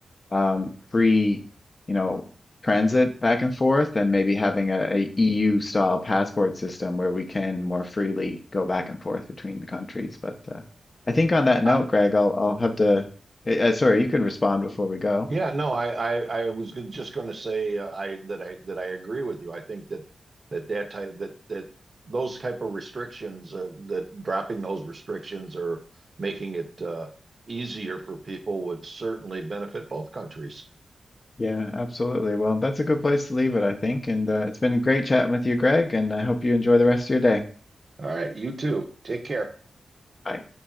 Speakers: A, on the left; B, on the right.
A: um, free, you know, transit back and forth, and maybe having a, EU style passport system where we can more freely go back and forth between the countries. But uh, I think on
B: I,
A: that note,
B: I
A: Greg, I'll I'll have to. eh, Uh, sorry, you can respond before we go.
B: yeah, no, I I, I was just going to say uh, I that I that I agree with you. I think that that that type that that those type of restrictions uh, that dropping those restrictions or making it uh, easier for people would certainly benefit both countries.
A: Yeah, absolutely. Well, that's a good place to leave it, I think. And uh, it's been great chatting with you, Greg, and I hope you enjoy the rest of your day.
B: All right, you too. Take care.
A: Bye.